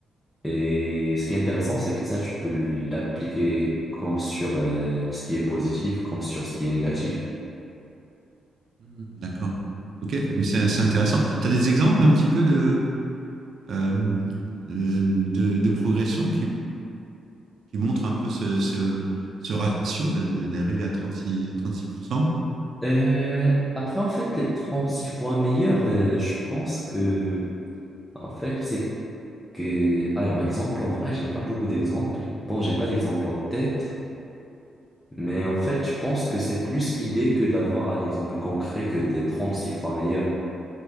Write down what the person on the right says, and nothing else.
hmm, d'accord. Ok, c'est c'est intéressant. Tu as des exemples un petit peu de, euh, euh, de, de progression qui, qui montrent un peu ce, ce, ce ratio de, de- d'arriver à trente-six à trente-six à cent